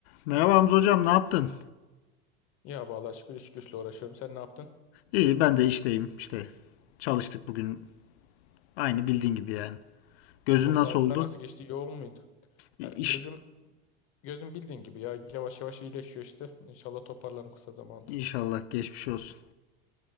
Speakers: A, on the left; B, on the left.
A: Merhaba Hamza hocam, ne yaptın?
B: Ya vallahi şükür iş güçle uğraşıyorum. Sen ne yaptın?
A: İyi, ben de işteyim. İşte çalıştık bugün. Aynı bildiğin gibi yani. Gözün
B: Toplantılar
A: nasıl oldu?
B: nasıl geçti? Yoğun muydu?
A: İ-
B: Ya
A: İş,
B: gözüm gözüm bildiğin gibi ya yavaş yavaş iyileşiyor işte. İnşallah toparlanır kısa zamanda.
A: inşallah geçmiş olsun.